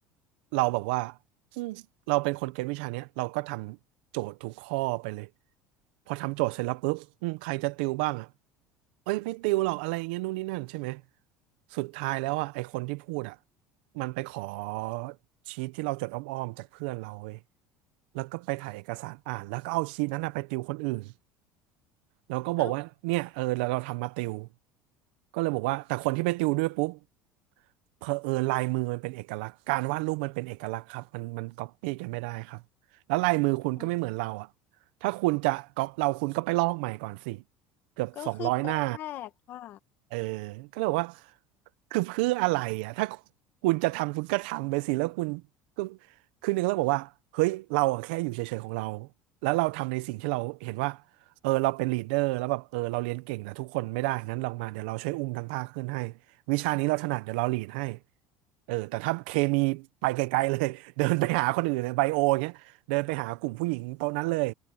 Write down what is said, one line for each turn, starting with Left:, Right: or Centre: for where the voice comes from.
Right: เราแบบว่าอืมเราเป็นคนเก็ตวิชาเนี้ยเราก็ทำโจทย์ทุกข้อไปเลยพอทำโจทย์เสร็จแล้วปุ๊บอืมใครจะติวบ้างอ่ะเอ้ยไม่ติวหรอกอะไรอย่างเงี้ยนู่นนี่นั่นใช่ไหมสุดท้ายแล้วอ่ะไอคนที่พูดอ่ะ มันไปขอชีทที่เราจดอ้อมๆจากเพื่อนเราเว้ยแล้วก็ไปถ่ายเอกสารอ่านแล้วก็เอาชีทนั้นนะไปติวคนอื่นแล้วก็บอกว่าเนี่ยเออแล้วเราทำมาติว
Left: เอ้า
Right: ก็เลยบอกว่าแต่คนที่ไปติวด้วยปุ๊บเผอิญลายมือมันเป็นเอกลักษณ์การวาดรูปมันเป็นเอกลักษณ์ครับมันมันก๊อปปี้กันไม่ได้ครับแล้วลายมือคุณก็ไม่เหมือนเราอะ
Left: อ่ะ
Right: ถ้าคุณจะก๊อปเราคุณก็ไปลอกใหม่ก่อนสิเกือบสองร้อยหน้า
Left: ก็คือโปะแตกค่ะ
Right: เออก็เลยบอกว่าคือเพื่ออะไรอ่ะถ้าคุณจะทำคุณก็ทำไปสิแล้วคุณก็คือหนึ่งแล้วบอกว่าเฮ้ยเราอะแค่อยู่เฉยๆของเรา แล้วเราทำในสิ่งที่เราเห็นว่าเออเราเป็นลีดเดอร์แล้วแบบเออเราเรียนเก่งแต่ทุกคนไม่ได้งั้นลองมาเดี๋ยวเราช่วยอุ้มทั้งภาคขึ้นให้วิชานี้เราถนัดเดี๋ยวเราลีดให้เออแต่ถ้าเคมีไปไกลๆเลย <laughs> เดินไปหาคนอื่นในไบโอเงี้ยเดินไปหากลุ่มผู้หญิงโต๊ะนั้นเลย